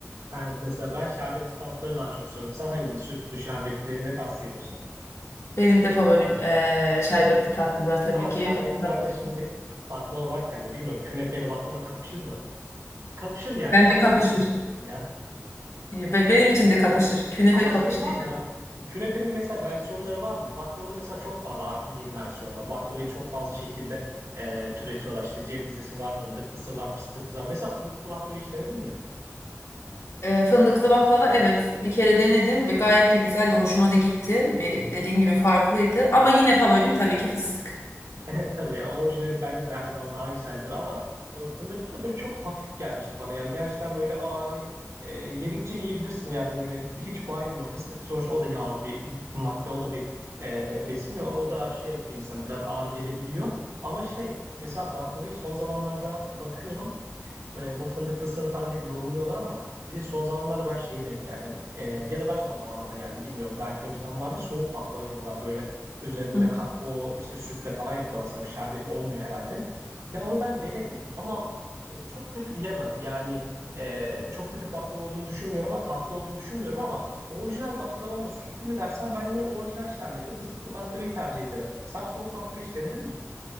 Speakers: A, on the right; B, on the left.
A: ben, mesela ben şerbetli tatları daha çok seviyorum. Sen hangi sütlü, şerbetli ne tarz seviyorsun?
B: Benim de favorim eee, şerbetli tatlılar tabii
A: Ama
B: ki.
A: şerbetlilerde
B: Baklava olsun.
A: şimdi baklava varken de bilmiyorum künefeyle baklava kapışır mı? Kapışır gerçi
B: Bence
A: ama
B: kapışır.
A: çoğu insan için ya.
B: Be- Benim için de kapışır. Künefe
A: Ama
B: kapıştı
A: şey var mı?
B: ya.
A: Künefenin mesela versiyonları var mı? Baklavada mesela çok fazla artık yeni versiyonlar. Baklavayı çok fazla şekilde e, türetiyorlar. İşte cevizlisi var, fındıklısı var, fıstıklısı var. Mesela fındıklı baklava hiç denedin mi?
B: Eee, fındıklı baklava evet bir kere denedim ve gayet de güzeldi. Hoşuma da gitti. Bir, dediğin gibi farklıydı. Ama yine favorim tabii ki fıstık.
A: Evet tabii ya orijinali bence de her zaman daha güzeldir ama e, fındıklı da böyle çok hafif gelmişti bana. Yani gerçekten böyle aa, hani e, yedikçe yiyebilirsin yani böyle hiç baymıyor. Fıstık sonuçta o da yağlı bir madde o da bir e, besin o, o da şey yapıyor insanı biraz ağır gelebiliyor. Ama şey mesela baklavayı son zamanlarda bakıyorum e, bu fındıklısını falan hep yorumluyorlar ama bir de son zamanlarda ben şeye denk geldim. E, ya da ben son zamanlarda geldim bilmiyorum. Belki önceden vardı soğuk baklava diyorlar böyle üzerinde
B: Hı.
A: kakao işte sütle falan yapıyorlar sanırım. Şerbet olmuyor herhalde. Ya onu ben denedim ama e, çok kötü diyemem. Yani e, çok kötü bir baklava olduğunu düşünmüyorum ama tatlı olduğunu düşünmüyorum ama orijinal baklava mı sütlü mü dersen ben yine orijinal şerbetli fıstıklı baklavayı tercih ederim. Sen soğuk baklava hiç denedin mi?